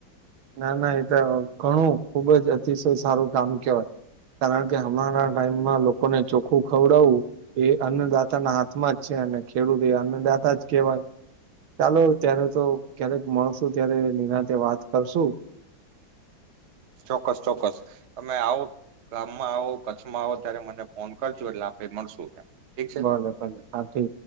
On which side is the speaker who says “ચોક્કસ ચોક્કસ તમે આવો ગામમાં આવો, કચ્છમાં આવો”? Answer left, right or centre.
Right